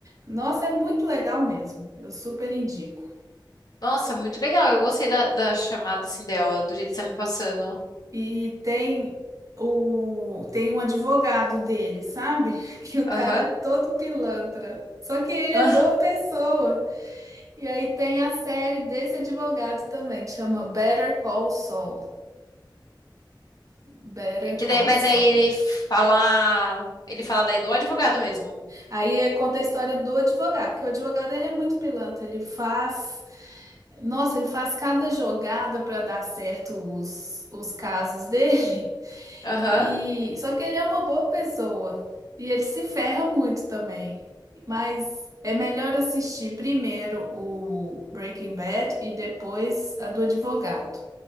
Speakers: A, on the right (about 40°); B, on the left (about 50°).
A: Nossa, é muito legal mesmo. Eu super indico.
B: Nossa, muito legal. Eu gostei da, da chamada assim dela, do jeito que você tá me passando.
A: E tem o tem um advogado dele, sabe? <laughs> Que o
B: Aham.
A: cara é todo pilantra. Só que ele
B: Ah,
A: é boa pessoa. E aí tem a série desse advogado também, que chama Better Call Saul. Better
B: é Que
A: Call
B: daí, mas
A: Saul.
B: aí ele fala, ele fala daí do advogado mesmo.
A: Aí é- conta a história do advogado, porque o advogado ele é muito pilantra, ele faz, nossa, ele faz cada jogada para dar certo os, os casos <laughs> dele.
B: Aham.
A: E só que ele é uma boa pessoa e ele se ferra muito também. Mas é melhor assistir primeiro o Breaking Bad e depois a do advogado,